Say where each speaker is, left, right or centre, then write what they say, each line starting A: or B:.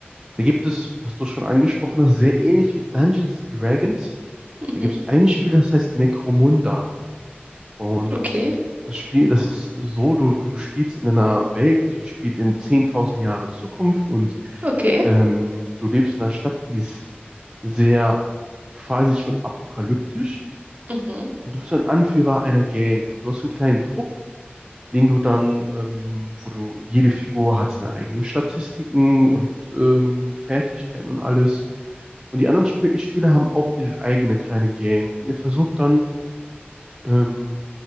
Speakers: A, on the right; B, on the right.
A: da gibt es, was du schon angesprochen hast, sehr ähnlich wie Dungeons and Dragons.
B: Mhm,
A: Da gibt es ein Spiel, das heißt Necromunda. Und
B: okay,
A: das Spiel, das ist so, du, du spielst in einer Welt, die spielt in 10.000 Jahre Zukunft und
B: okay.
A: ähm, du lebst in einer Stadt, die ist sehr quasi schon apokalyptisch.
B: Mhm.
A: Und du bist ein Anführer einer Gang und du hast einen kleinen Trupp, den du dann, ähm, wo du jede Figur hat seine eigenen Statistiken und ähm, Fertigkeiten und alles. Und die anderen Sp Spieler haben auch ihre eigene kleine Gang. Und ihr versucht dann, ähm,